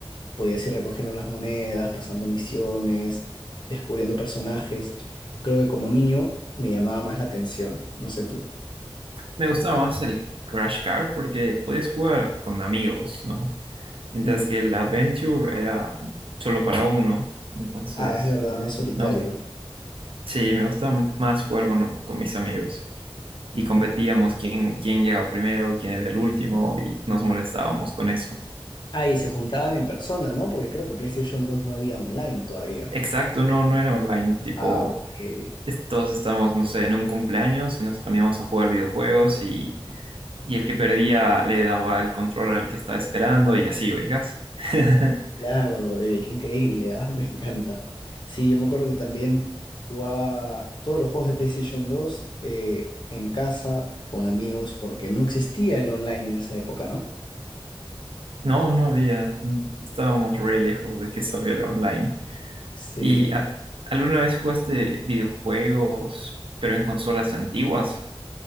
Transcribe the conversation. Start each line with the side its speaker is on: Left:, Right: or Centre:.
Left: podías ir recogiendo las monedas, pasando misiones, descubriendo personajes, creo que como niño me llamaba más la atención, no sé tú.
Right: Me gustaba más el Crash Car porque podías jugar con amigos, ¿no? mientras
Left: Mm.
Right: que el Adventure era solo para uno. Entonces,
Left: Ah, es verdad, más solitario.
Right: no, sí, me gusta más jugar con, con mis amigos. Y competíamos quién, quién llegaba primero, quién era el último, y nos molestábamos con eso.
Left: Ah, y se juntaban en persona, ¿no? Porque creo que PlayStation dos no había online todavía.
Right: Exacto, no, no era online, tipo,
Left: Ah, ok.
Right: es- todos estábamos, no sé, en un cumpleaños y nos poníamos a jugar videojuegos y, y el que perdía le daba el control al que estaba esperando y así, oigas. <laughs>
Left: Claro, eh, qué increíble, ah, <laughs> Me encanta. Sí, yo me acuerdo que también jugaba todos los juegos de PlayStation dos eh, en casa con amigos porque no existía el online en esa época, ¿no?
Right: No, no había, estábamos re lejos de que salga el online.
Left: Sí.
Right: ¿Y a- alguna vez jugaste videojuegos, pero en consolas antiguas?